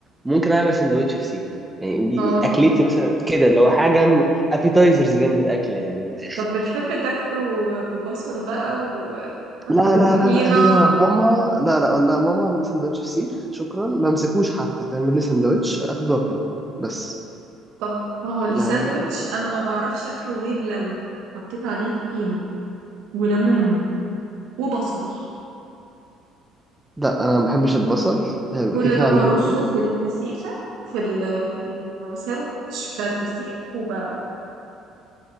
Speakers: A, in the centre; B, on the right.
A: ممكن اعمل سندوتش فسيخ يعني دي
B: اه
A: دي اكلتي مثلا كده اللي هو حاجة ابيتايزرز جنب الاكل يعني من الاخر
B: طب بتحب تاكله ببصل بقى و...
A: لا
B: وطحينه
A: لا لا لا هي ماما لا لا اقول لها ماما اعملي لي سندوتش فسيخ شكرا ما امسكوش حتى تعمل لي سندوتش اخده واكله بس
B: طب ما هو الساندوتش
A: ما
B: انا ما بعرفش اكله غير لو حطيت عليه طحينه وليمون وبصل
A: لا انا ما بحبش البصل هيبقى
B: كل
A: كده كده
B: طبق
A: عليه
B: رصه
A: ليمون
B: في الفسيخة في ال في الساندوتش بتاع الفسيخ وباكله